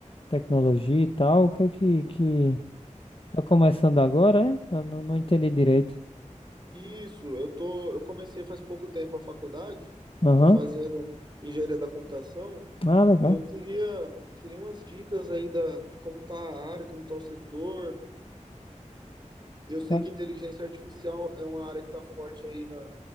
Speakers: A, on the left; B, on the right.
A: tecnologia e tal. O que é que, que tá começando agora, é? Eu não, não entendi direito.
B: Isso, eu tô, eu comecei faz pouco tempo a faculdade,
A: Aham.
B: tô fazendo engenharia da computação
A: Ah, legal.
B: e eu queria, queria umas dicas aí da, de como tá a área, como tá o setor. Eu sei
A: Tá.
B: que inteligência artificial é uma área que tá forte aí na,